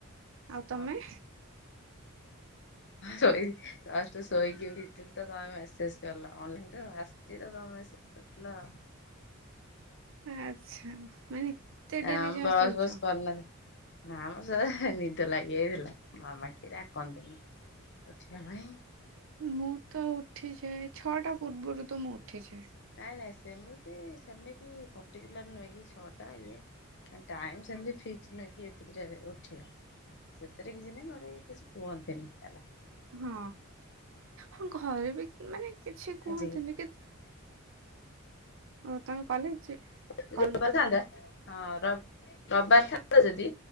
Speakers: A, on the right (about 65°); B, on the left (about 55°).
A: ଆଉ
B: ହଁ
A: ତମେ
B: ଶୋଇ ଶୋଇକି ଉଠି ତ ତମେ ମେସେଜ କଲ ଅନ ଆସି ମସେଜ କରିଥିଲ
A: ଆଚ୍ଛା ମାନେ ଏତେ ଡେରି
B: ଆଁ
A: ଯାଏଁ
B: ବସ୍
A: ଶୋଉଛ?
B: ବସ କରନ ନା ମ ସ ନିଦ ଲାଗିଯଇଥିଲା ମାମା କି ଡାକନ୍ତିନି ଉଠି ଭଣି
A: ମୁଁ ତ ଉଠି ଯାଏ ଛଅଟା ପୂର୍ବରୁ ତ ମୁଁ ଉଠି ଯାଏ
B: ନାଇଁ ନାଇଁ ସେମିତି ସେମିତି ପର୍ଟିକୁଲାର ନୁହେଁ କି ଛଅ ଟା ଇଏ ଟାଇମ ସେମତି ଫିକ୍ସ ନହଁ କି ଏତିକି ଉଠିବା ସେଥିରେ କିଛି ନାଇଁ ଘରେ କିଛି କୁହନ୍ତିନି ହେଲା
A: ହଁ ହଁ ଘରେ ବି ମାନେ କିଛି
B: ହେଲା।
A: କୁହନ୍ତିନି କେ ଓ ତମେ କଲେଜ ଯେ
B: ଯଦି
A: କଲେ
B: ରବିବାର ଥାନ୍ତା ହଁ ରବିବାର ଥାତା ଯଦି